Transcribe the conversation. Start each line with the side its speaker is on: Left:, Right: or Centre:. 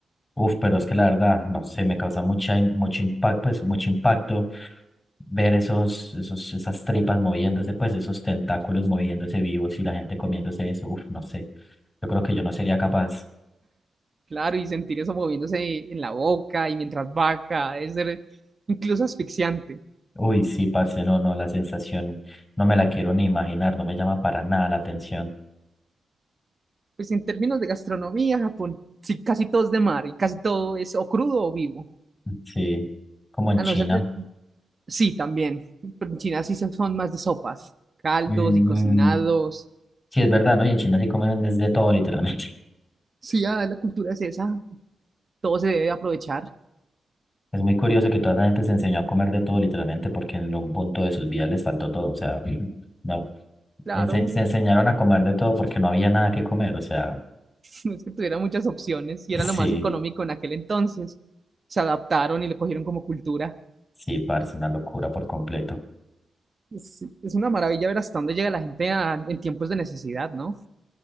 Left: Uf, pero es que la verdad, no sé, me causa mucha, mucho impacto, pues mucho impacto ver esos, esos, esas tripas moviéndose, pues esos tentáculos moviéndose vivos y la gente comiéndose eso. Uf, no sé. Yo creo que yo no sería capaz.
Right: claro, y sentir eso moviéndose en la boca y mientras baja, debe ser incluso asfixiante.
Left: Uy, sí, parce, no, no, la sensación no me la quiero ni imaginar, no me llama para nada la atención.
Right: Pues en términos de gastronomía, Japón, sí, casi todo es de mar y casi todo es o crudo o vivo.
Left: Sí, como en
Right: A
Left: China.
Right: no ser de... Sí, también. Pero en China sí son son más de sopas, caldos
Left: Mm,
Right: y cocinados.
Left: mm, sí, es verdad, ¿no? Y en China sí comen desde todo, literalmente. <laughs>
Right: Sí, ah, la cultura es esa, todo se debe aprovechar.
Left: Es muy curioso que toda esa gente se enseñó a comer de todo, literalmente, porque en un punto de sus vidas les faltó todo. O sea, <clears throat> no,
Right: Claro,
Left: ense- se
Right: <laughs>
Left: enseñaron a comer de todo porque no había nada que comer. O sea,
Right: no es que tuviera muchas opciones y
Left: <laughs>
Right: era
Left: sí,
Right: lo más económico en aquel entonces. Se adaptaron y lo cogieron como cultura.
Left: sí, parce, una locura por completo.
Right: Es, es una maravilla ver hasta dónde llega la gente a- en tiempos de necesidad, ¿no?